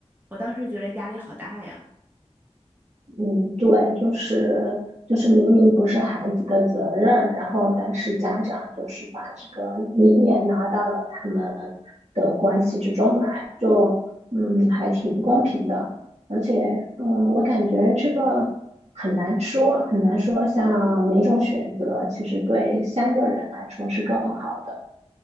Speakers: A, on the right; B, on the right.
A: 我当时觉得压力好大呀。
B: 嗯，对，就是就是明明不是孩子的责任，然后但是家长就是把这个你也拉到了他们的关系之中来，就嗯还挺不公平的。而且嗯，我感觉这个很难说，很难说像哪种选择其实对三个人来说是更好的。